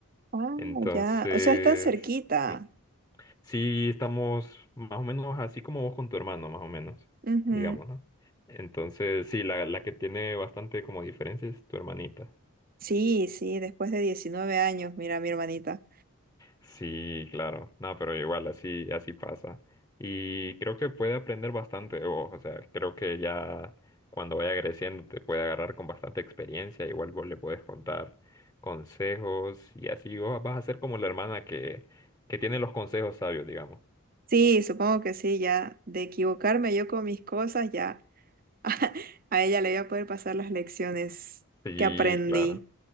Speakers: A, on the right; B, on the left.
A: Ah,
B: Entonces,
A: ya. O sea, están cerquita.
B: sí. Sí estamos más o menos así como vos con tu hermano, más o menos,
A: Ujú.
B: digamos, ¿no? Entonces, sí, la, la que tiene bastante como diferencia es tu hermanita.
A: Sí, sí, después de 19 años, mira, mi hermanita.
B: Sí, claro. No, pero igual así, así pasa. Y creo que puede aprender bastante de vos. O sea, creo que ya cuando vaya creciendo te puede agarrar con bastante experiencia. Igual vos le puedes contar consejos y así vos vas a ser como la hermana que, que tiene los consejos sabios, digamos.
A: Sí, supongo que sí, ya. De equivocarme yo con mis cosas, ya. <laughs> A ella le voy a poder pasar las lecciones
B: Sí,
A: que aprendí.
B: claro,